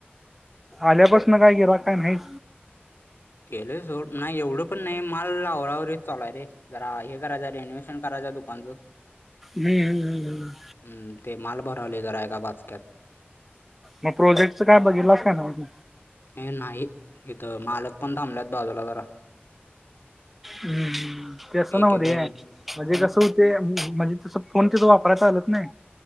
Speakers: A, in the centre; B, on the left.
A: आल्यापासन काय गिऱ्हाईक काय नाहीच.
B: गेलं सोड नाही एवढं पण नाही माल आवरा आवरी चालू आहे रे. जरा हे करायचं रेनोवे्शन करायचं दुकानचं.
A: ह ह.
B: हं ते माल भरालोय जरा एका बाचक्यात.
A: मग प्रोजेक्टचं काय बघितलस का नाहि तु?
B: हे नाही इथं मालक पण थांबल्यात बाजूला जरा.
A: हम्म हम्म तेस असं
B: एक
A: नवरे
B: एकदा येऊन
A: म्हणजे
B: हम्म
A: कसं होत? ते म्हणजे तस फोन तिथ वापराय चालत नाय.